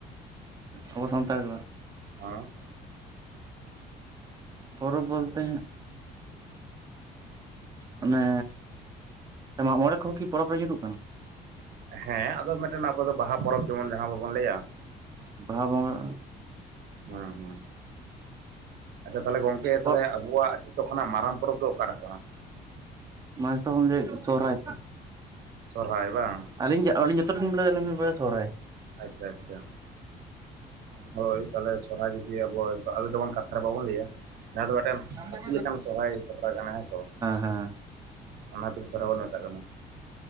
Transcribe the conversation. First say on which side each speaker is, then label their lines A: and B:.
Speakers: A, on the right; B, on the right.
A: ᱟᱵᱚ ᱥᱟᱱᱛᱟᱲᱟᱼᱜ᱾
B: ᱦᱮᱸ᱾
A: ᱯᱚᱨᱚᱵ ᱵᱚᱞᱛᱮ ᱚᱱᱮ ᱢᱟᱜ ᱢᱚᱬᱮ ᱠᱚᱸᱦᱚ ᱠᱤ ᱯᱚᱨᱚᱵᱽ ᱨᱮ ᱧᱩᱨᱩᱜ ᱠᱟᱱᱟ?
B: ᱦᱮᱸ ᱟᱫᱚ ᱢᱤᱫᱴᱮᱱ ᱟᱵᱚ ᱫᱚ ᱵᱟᱦᱟ ᱯᱚᱨᱚᱵᱽ ᱡᱮᱢᱚᱱ ᱡᱟᱦᱟᱸ ᱵᱟᱵᱚᱱ ᱞᱟᱹᱭᱟ᱾
A: ᱮᱸ‌ᱵᱟᱦᱟ ᱵᱚᱸᱜᱟ᱾
B: ᱦᱩᱸ ᱦᱩᱸ ᱟᱪᱪᱷᱟ ᱛᱟᱞᱦᱮ ᱜᱚᱝᱠᱮ
A: ᱯᱚᱨ
B: ᱛᱟᱞᱦᱮ ᱟᱵᱚᱣᱟᱜ ᱡᱷᱚᱛᱚ ᱠᱷᱚᱱᱟᱜ ᱢᱟᱨᱟᱝ ᱯᱚᱨᱚᱵᱽ ᱫᱚ ᱚᱠᱟᱴᱟᱜ ᱠᱟᱱᱟ?
A: ᱢᱟ ᱛᱟᱵᱚᱱ ᱞᱟᱹᱭᱮᱫ ᱥᱚᱦᱨᱟᱭ᱾
B: ᱥᱚᱨᱦᱟᱭ ᱵᱟᱝ?
A: ᱟᱹᱞᱤᱧ ᱡᱮ ᱟᱹᱞᱤᱧ ᱡᱚᱛᱚᱴᱟᱞᱤᱧ ᱵᱟᱞᱟᱭᱟ <unintelligible> ᱥᱚᱦᱨᱟᱭ
B: ᱟᱪᱪᱷᱟ ᱟᱪᱪᱷᱟ, ᱦᱳᱭ ᱛᱟᱦᱞᱮ ᱥᱚᱨᱦᱟᱭ ᱡᱩᱫᱤ ᱡᱮ ᱟᱵᱚᱣᱟᱜ ᱟᱫᱚ ᱡᱮᱵᱚᱱ ᱠᱟᱛᱷᱟ ᱨᱮ ᱵᱟᱵᱚᱱ ᱞᱟᱹᱭᱟ᱾ ᱡᱟᱦᱟᱸ ᱫᱚ ᱢᱤᱫᱴᱮᱱ
A: ᱦᱮᱸ
B: ᱦᱟᱹᱛᱤ
A: ᱦᱮᱸ
B: ᱞᱮᱠᱟᱱ ᱥᱚᱨᱦᱟᱭ ᱥᱮᱴᱮᱨ ᱠᱟᱱᱟ ᱦᱮᱸᱥᱮ᱾
A: ᱦᱮᱸ
B: ᱚᱱᱟᱛᱮ ᱥᱚᱨᱦᱟᱭ ᱵᱚᱱ ᱢᱮᱛᱟᱜ ᱠᱟᱱᱟ᱾